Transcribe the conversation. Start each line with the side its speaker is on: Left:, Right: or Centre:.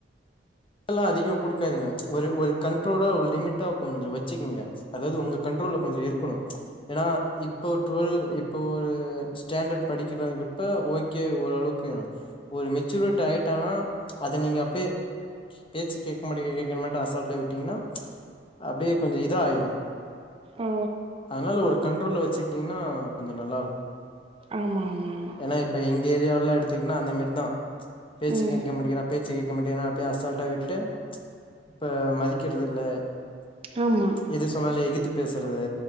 Left: ல்லா அதிகொ குடுக்காதிங்க ஒரே ஒரு கண்ட்ரோலா ஒரு லிமிட்டா கொஞ்ச வச்சுக்குங்க அதாவ்து உங்க கண்ட்ரோல்ல கொஞ்ச இருக்கணும் ஏன்னா இப்போ டுவெல் இப்போ ஒரு ஸ்டாண்டர்ட் படிக்கிறங்கிறப்ப ஓகே ஓரளவுக்கு வேணும் ஒரு மெச்சூரிட் ஆயிட்டனா அத நீங்க அப்டியே பேச்சு கேக்க மாட்டிக்கே கேக்கமாட்ட அசல்ட்டா விட்டீங்கன்னா அப்டியே கொஞ்சம் இதா ஆயிரும்
Right: ஓ
Left: அதனால ஒரு கண்ட்ரோல்ல வச்சுட்டீங்கன்னா கொஞ்ச நல்லா இருக்கும்
Right: ஆமா ஆமா ஆமா
Left: ஏன்னா இப்ப எங்க ஏரியாவ்ல்லா எடுத்துக்கிட்ன்னா அந்த மேரிதா பேச்சு
Right: ம்
Left: கேக்க மாட்டிக்ற பேச்சு கேக்க மாட்டிகின்னா அப்டியே அசால்ட்டா விட்டு இப்ப மதிக்கிறது இல்ல
Right: ஆமா
Left: எது சொன்னாலும் எகித்து பேசுறது